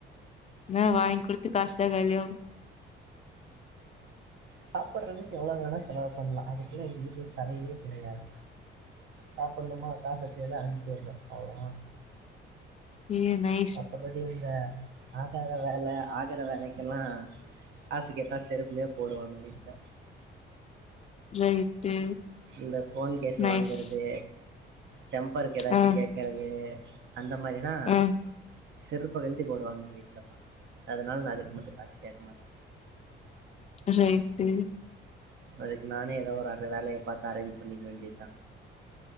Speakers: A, on the left; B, on the right.
A: என்ன வாங்கி் குடுத்து காசுதா காலியாகு
B: சாப்பிட்றதுக்கு எவ்ளோ வேணா செலவு பண்லா அதுக்கெல்லா எங்க வீட்ல தடயே கெடையாது சாப்டனுமா காசு வச்சுருந்தா அனுப்பி வுடுறே அவ்வளோதா
A: ஏ நை
B: மத்தபடி இந்த ஆகாத வேல ஆகுற வேலைக்கெல்லா காசு கேட்டா செருப்புலயே போடுவாங்க வீட்ல
A: ரைட்டு
B: இந்த ஃபோன் கேஸ்
A: நைஸ்
B: வாங்கறது டெம்பருக்கு ஏதாச்சு
A: ஆ
B: கே குறது அந்த மாரினா
A: ஆ
B: செருப்ப கழட்டி போடுவாங்க எங்க வீட்லலா அதனால நா அதுக்கு மட்டு காசு கேட்க மாட்டே
A: ரைட்டு
B: அதுக்கு நானே ஏதோ ஒரு வர வேலய பாத்து அரேஞ்ச் பண்ணிக்க வேண்டியத்தா